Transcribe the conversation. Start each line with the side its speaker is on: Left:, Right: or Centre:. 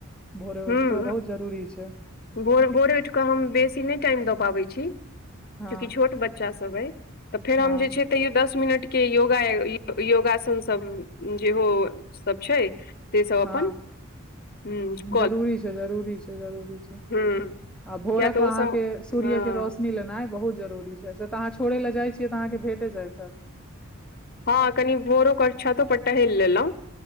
Centre: भोरे
Left: हूँ
Centre: उठ के बहुत जरूरी छै
Left: भोर भोरे उठि कऽ हम बेसी नहि टाइम दऽ पाबैत छी
Centre: हँ
Left: चूँकि छोट बच्चा सब अ तऽ फेर हम
Centre: हँ
Left: जे छै तैयो दस मिनट के योगा योगासन सब जेहो सब छै ते सब
Centre: हँ
Left: अपन ह
Centre: जरूरी छै जरूरी छै जरूरी छै आ
Left: हूँ
Centre: भोरक
Left: किया तऽ ओ
Centre: अहाँके
Left: सब
Centre: सूर्य
Left: हँ
Centre: के रोशनी लेइ बहुत जरूरी छै से त अहाँ छोड़ै ल जाइ छियै तऽ अहाँके भेटे जायत हेत
Left: हँ कनि भोरो कर छतो पर टहैल लेलहुँं